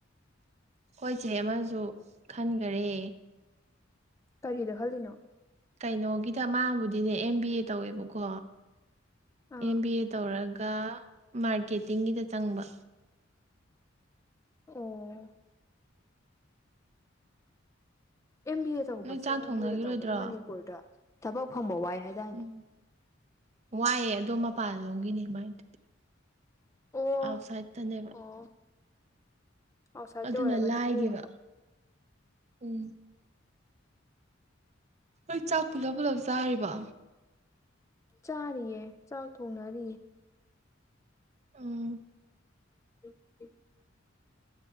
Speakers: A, on the right; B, on the left.
A: ꯈꯣꯏꯆꯦ ꯑꯃꯖꯨ ꯈꯟꯒꯔꯦ
B: ꯀꯔꯤꯗ ꯈꯜꯂꯤꯅꯣ
A: ꯀꯩꯅꯣꯒꯤꯗ ꯃꯥꯕꯨꯗꯤꯅꯦ ꯑꯦꯝ ꯕꯤ ꯑꯦ ꯇꯧꯋꯦꯕꯀꯣ
B: ꯑꯥ
A: ꯑꯦꯝ ꯕꯤ ꯑꯦ ꯇꯧꯔꯒ ꯃꯥꯔꯀꯦꯇꯤꯡꯒꯤꯗ ꯆꯪꯕ
B: ꯑꯣ ꯑꯦꯝ ꯕꯤ ꯑꯦ ꯇꯧꯕꯁꯤ
A: ꯅꯣꯏ ꯆꯥꯛ
B: ꯕꯤ
A: ꯊꯣꯡꯅꯈꯤꯔꯣꯏꯗ꯭ꯔꯣ
B: ꯕꯤ ꯑꯦꯒ ꯇꯧꯕꯁꯤ ꯃꯅꯤꯄꯨꯔꯗ ꯊꯕꯛ ꯐꯪꯕ ꯋꯥꯏ ꯍꯥꯏꯗꯥꯏꯅꯦ
A: ꯎꯝ ꯋꯥꯏꯑꯦ ꯑꯗꯣ ꯃꯄꯥꯜ ꯂꯣꯝꯒꯤꯅꯤ ꯃꯥꯏ ꯑꯗꯨꯗꯤ
B: ꯑꯣ
A: ꯑꯥꯎꯠꯁꯥꯏꯠꯇꯅꯦꯕꯥ
B: ꯑꯣ ꯑꯥꯎꯠꯁꯥꯏꯗꯠꯇ
A: ꯑꯗꯨꯅ
B: ꯑꯣꯏꯔꯒꯗꯤ
A: ꯂꯥꯏꯒꯤꯕ
B: ꯀꯣꯝꯕ
A: ꯎꯝ ꯅꯣꯏ ꯆꯥꯛ ꯄꯨꯂꯞ ꯄꯨꯂꯞ ꯆꯥꯔꯤꯕꯣ
B: ꯆꯥꯔꯤꯌꯦ ꯆꯥꯛ ꯊꯣꯡꯅꯔꯤꯌꯦ
A: ꯎꯝ
B: <inaudible>